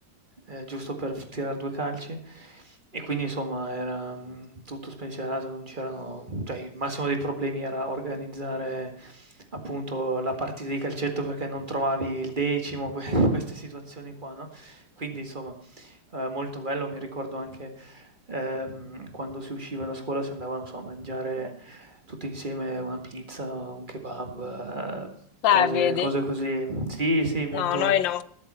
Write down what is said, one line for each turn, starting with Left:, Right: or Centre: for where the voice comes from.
Right: eh, giusto per f- tirare due calci. E quindi insomma era mh, tutto spensierato, non c'erano, cioè il massimo dei problemi era organizzare appunto la partita di calcetto perché non trovavi il decimo, que- <laughs> queste situazioni qua, no? Quindi insomma eh, molto bello, mi ricordo anche Ehm, quando si usciva da scuola si andava, non so, a mangiare tutti insieme una pizza, un kebab, eh,
Left: Eh,
Right: cose
Left: vedi?
Right: cose così. Sì, sì, molto
Left: No, noi no.